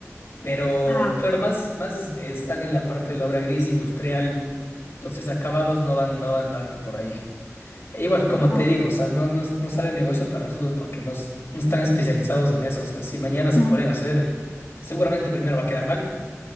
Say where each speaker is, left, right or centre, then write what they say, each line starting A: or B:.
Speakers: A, on the left; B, on the left.
A: Pero
B: ah,
A: claro, más, más están en la parte de la obra gris industrial, entonces acabados no van, no van tanto por ahí. E igual, como
B: wow.
A: te digo, o sea, no, no, no sale negocio para nosotros porque no, es- no están especializados en eso. O sea, si mañana se
B: mm.
A: pueden hacer, seguramente primero va a quedar mal,